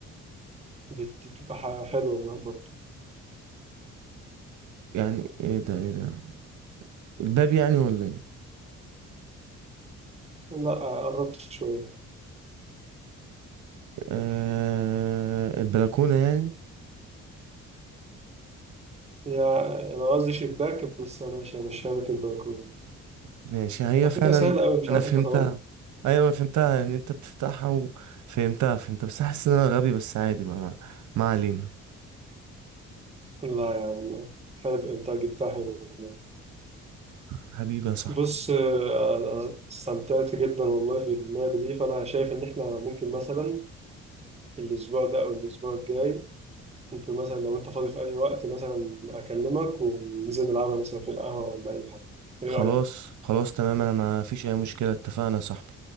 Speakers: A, on the right; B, on the right.
A: بت- بتبقى ح- حلوه من برضه
B: يعني ايه ده ايه ده الباب يعني ولا ايه
A: لا قربت شويه
B: آه البلكونة يعني
A: هي انا قصدي شباك بس انا ماشي ماشيها لك البلكونه
B: ماشي هي
A: على
B: فعلا
A: فكره سهله قوي مش
B: انا
A: عارف
B: فهمتها
A: انت طبقا
B: ايوه انا فهمتها ان انت بتفتحها وفهمتها فهمتها بس حاسس ان انا غبي بس عادي بقى ما, ما علينا
A: لا يا عم حلو انت جبتها حلو
B: حبيبي يا صاحبي
A: بص آه، أنا استمتعت جدا والله في اللعبه دي فانا شايف ان احنا ممكن مثلا الاسبوع ده او الاسبوع الجاي ممكن مثلا لو انت فاضي في اي وقت مثلا اكلمك وننزل نلعبها مثلا في القهوه ولا اي حاجه ايه
B: خلاص
A: رايك
B: خلاص تمام انا ما فيش اي مشكلة اتفقنا يا صاحبي